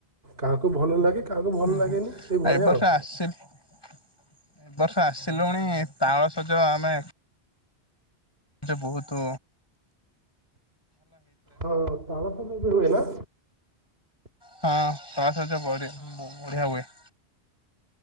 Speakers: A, on the right; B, on the left.
A: କାହାକୁ ଭଲ ଲାଗେ କାହାକୁ ଭଲ
B: ହୁଁ
A: ଲାଗେନି।
B: ହୁଁ
A: ଏଇଭଳିଆ
B: ଏ ବର୍ଷ
A: ଆଉ
B: ଆସି ଏ ବର୍ଷ ଆସିଲୁଣି ତାଳସଜ ଆମେ ଯେ ବୋହୁତୁ
A: ହଁ ତାଳ ସଜ ବି ହୁଏ ନା।
B: ହଁ ହ ସଜ ବଢ଼ି ବଢ଼ିଆ ହୁଏ।